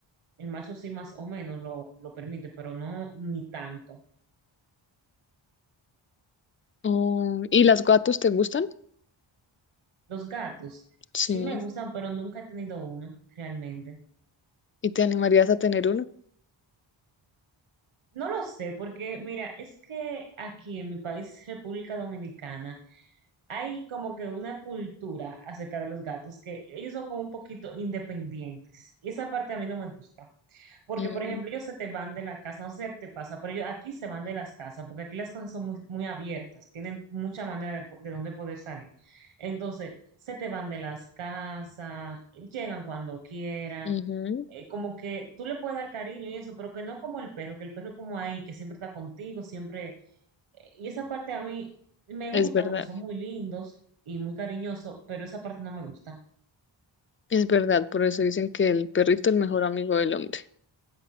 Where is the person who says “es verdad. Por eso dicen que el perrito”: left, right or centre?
Left